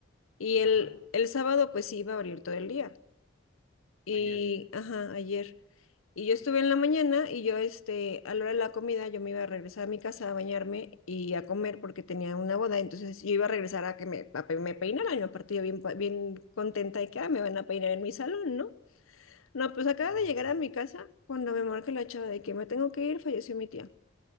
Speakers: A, on the left; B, on the right.
A: Y
B: Ajá,
A: el, el sábado pues sí iba a abrir todo el día. Y,
B: ayer.
A: ajá, ayer. Y yo estuve en la mañana y yo, este, a la hora de la comida, yo me iba a regresar a mi casa a bañarme y a comer porque tenía una boda. Entonces yo iba a regresar a que me, a pe- me peinaran. Y aparte yo bien, pa- bien contenta de que "Ah, me van a peinar en mi salón, ¿no? No, pues acaba
B: Ah,
A: de llegar
B: sí.
A: a mi casa cuando me marca la chava de que me tengo que ir, falleció mi tía.